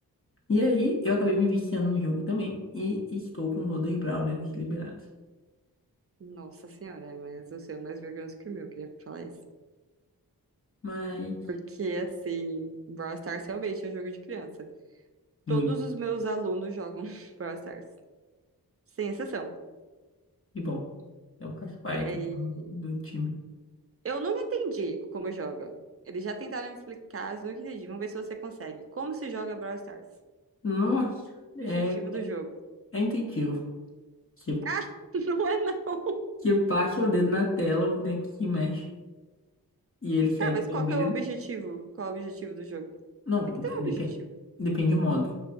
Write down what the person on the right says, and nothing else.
Nossa senhora, mas o seu é mais vergonhoso que o meu, queria falar isso.
Porque, assim, Brawl Stars realmente é um jogo de criança.
Todos os meus alunos jogam <laughs> Brawl Stars, sem exceção.
E aí,
eu nunca entendi como joga. Eles já tentaram me explicar, mas eu nunca entendi. Vamos ver se você consegue. Como se joga Brawl Stars?
O
objetivo do jogo.
Ah, <laughs> não é não.
Tá, mas
qual
que é o objetivo? Qual é o objetivo do jogo?
Tem que ter
um objetivo.